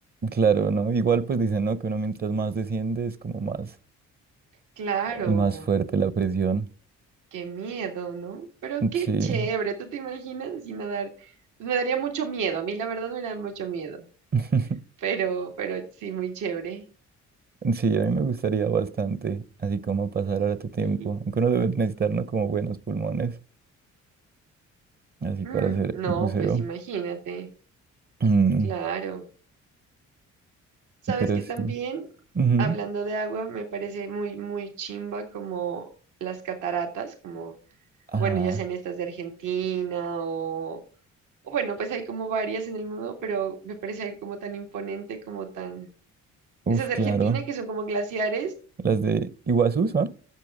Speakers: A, on the right; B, on the right.
A: claro, ¿no? Igual pues dicen, ¿no? Que uno mientras más desciende es como más,
B: Claro,
A: más fuerte la presión.
B: qué miedo, ¿no? Pero qué
A: Sí.
B: chévere, ¿tú te imaginas así nadar? Pues me daría mucho miedo, a mí la verdad me da mucho miedo,
A: <laughs>
B: pero, pero sí, muy chévere.
A: Sí, a mí me gustaría bastante, así como pasar harto tiempo,
B: Y- y-
A: aunque uno debe necesitar, ¿no? Como buenos pulmones, así
B: mm,
A: para hacer
B: no,
A: buceo.
B: pues imagínate,
A: Mm,
B: claro. Sabes
A: pero
B: que
A: sí.
B: también,
A: Ujú.
B: hablando de agua, me parece muy, muy chimba como las cataratas, como,
A: Ah,
B: bueno, ya sean estas de Argentina o, o bueno, pues hay como varias en el mundo, pero me parece algo como tan imponente, como tan...
A: uf,
B: Esas de
A: claro.
B: Argentina que son como glaciares,
A: Las de Iguazú son